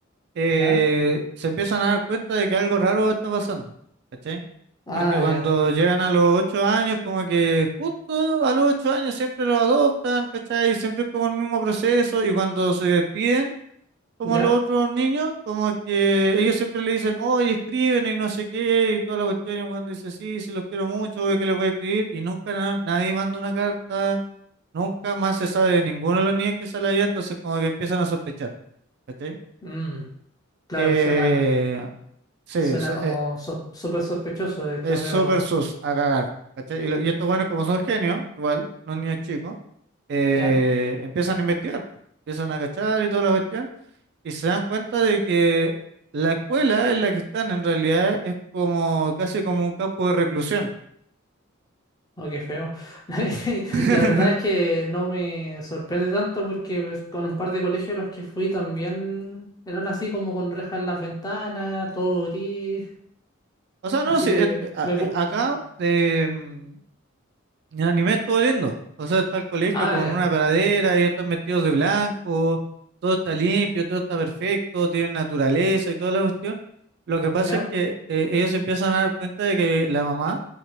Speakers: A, on the right; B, on the left.
A: eh,
B: ¿Ya?
A: se empiezan a dar cuenta de que algo raro está pasando, ¿cachai?
B: Ah,
A: Porque cuando
B: ya.
A: llegan a los ocho años, como que justo a los ocho años siempre los adoptan, ¿cachai? Siempre es como el mismo proceso y cuando se despiden como
B: ¿Ya?
A: los otros niños, como que ellos siempre le dicen, oye, escriben y no sé qué, y toda la cuestión, y el weón dice, sí, sí, los quiero mucho, obvio que les voy a escribir, y nunca na- nadie manda una carta, nunca más se sabe de ninguno de los niños que sale allá, entonces como que empiezan a sospechar, ¿cachai?
B: Mm, claro,
A: Eh,
B: suena.
A: sí,
B: Suena
A: so-
B: como
A: eh,
B: sos- súper sospechoso, de hecho,
A: es súper
B: pero
A: sus a cagar, ¿cachai? Y, lo- y estos buenos como son genios, igual, los niños chicos, eh,
B: ya,
A: empiezan a investigar, po, empiezan a cachar y toda la cuestión, Y se dan cuenta de que la escuela en la que están en realidad es como casi como un campo de reclusión.
B: o qué feo. <laughs>
A: <laughs>
B: La verdad es que no me sorprende tanto porque pues, con un par de colegios a los que fui también eran así como con rejas en las ventanas, todo gris,
A: O sea,
B: así
A: no, sí, et-
B: que
A: eh, a-
B: me
A: eh,
B: puedo...
A: acá
B: imaginar.
A: eh, mm, en anime es todo lindo. O sea, está el colegio
B: Ah,
A: como
B: ya,
A: en una pradera, ellos están vestidos de blanco, todo está limpio, todo está perfecto, tienen naturaleza y toda la cuestión. Lo que pasa
B: ya,
A: es que eh, ellos se empiezan a dar cuenta de que la mamá,